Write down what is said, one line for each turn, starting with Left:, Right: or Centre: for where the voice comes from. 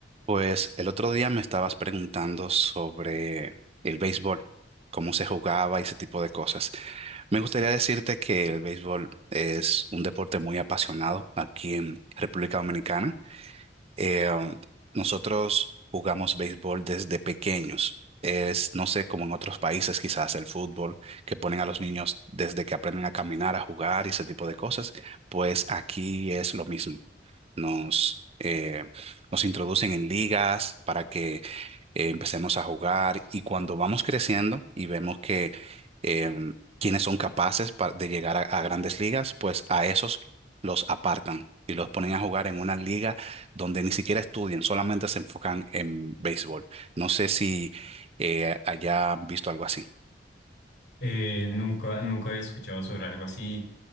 Right: Pues el otro día me estabas preguntando sobre el béisbol, cómo se jugaba y ese tipo de cosas. Me gustaría decirte que el béisbol es un deporte muy apasionado aquí en República Dominicana. Eh, um, nosotros jugamos béisbol desde pequeños. Es, no sé, como en otros países quizás el fútbol, que ponen a los niños desde que aprenden a caminar, a jugar y ese tipo de cosas, pues aquí es lo mismo. Nos, eh, nos introducen en ligas para que eh, empecemos a jugar y cuando vamos creciendo y vemos que em, quienes son capaces pa- de llegar a, a grandes ligas, pues a esos los apartan y los ponen a jugar en una liga donde ni siquiera estudian, solamente se enfocan en béisbol. No sé si eh, haya visto algo así.
Left: Eh, nunca, nunca he escuchado sobre algo así.